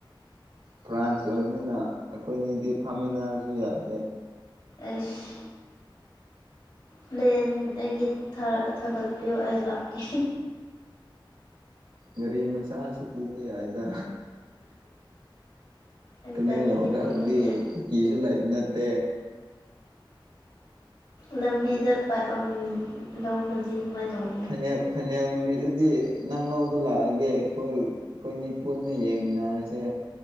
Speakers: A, on the right; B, on the left.
A: ꯐ꯭ꯔꯥꯟꯁ ꯑꯣꯏꯕꯅꯤꯅ ꯑꯩꯈꯣꯏꯅꯤꯗꯤ ꯐꯥꯃꯤꯟꯅꯔꯁꯨ ꯌꯥꯔꯦ꯫
B: ꯑꯩꯁ ꯄ꯭ꯂꯦꯟ ꯑꯩꯒꯤ ꯊꯥ ꯊꯥꯒꯠꯄꯤꯌꯣ ꯑꯩ ꯂꯥꯛꯀꯦ
A: ꯒꯥꯔꯤ ꯃꯆꯥꯁꯨ ꯄꯨꯕ ꯌꯥꯏꯗ
B: ꯑꯩ
A: ꯇꯃꯦꯡꯂꯣꯡꯗꯗꯤ
B: ꯒꯥꯔꯤꯗꯤ ꯐꯝꯅꯤꯡꯗꯦ
A: ꯀꯨꯀꯤꯁꯨ ꯂꯩꯕ ꯅꯠꯇꯦ
B: ꯂꯝꯕꯤꯗ <unintelligible> ꯂꯧꯈꯔꯗꯤ ꯀꯃꯥꯏꯅ ꯇꯧꯅꯤ
A: ꯐꯥꯏꯅꯦꯜ ꯐꯥꯏꯅꯦꯜ ꯅꯨꯃꯤꯠꯗꯗꯤ ꯅꯪ ꯂꯧꯕ ꯂꯥꯛꯑꯒꯦ ꯑꯈꯣꯏ ꯑꯩꯈꯣꯏꯅꯤ ꯄꯨꯟꯅ ꯌꯦꯡꯃꯤꯟꯅꯔꯁꯦ